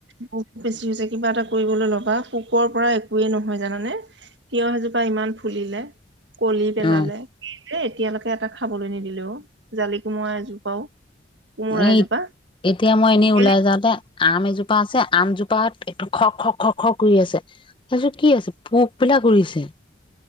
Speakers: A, on the right; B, on the left.
A: বহুত বেছি হৈছে কিবা এটা কৰিবলৈ ল'বা। পোকৰ পৰা একোৱেই নহয় জানানে, তিয়হ এজোপা ইমান ফুলিলে কলি পেলালে
B: অ
A: এ এতিয়ালৈকে এটা খাবলৈ নিদিলেও অ, জালি কোমুৰা এজোপাও কোমোৰা
B: এ,
A: এজোপা
B: এতিয়া মই এনেই
A: বেলেগ
B: ওলাই যাওঁতে আম এজোপা আছে, আমজোপা পাত এক খ খ খ খ কৰি আছে, ভাবিছো কি আছে, পোক বিলাক উৰিছে।